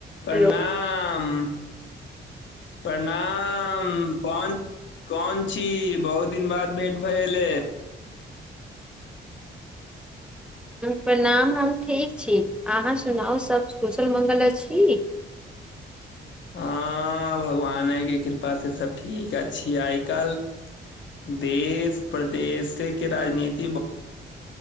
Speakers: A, on the left; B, in the centre.
A: कणाम
B: hello
A: प्रणाम कौन कौन छी बहुत दिन बाद भेंट भएले
B: प्रणाम हम ठीक छी अहाँ सुनाउ सब कुशल मङ्गल अछि
A: हँ भगवाने के कृपास से सब ठीक छ आइ काल्हि देश प्रदेश के राजनीति बहुत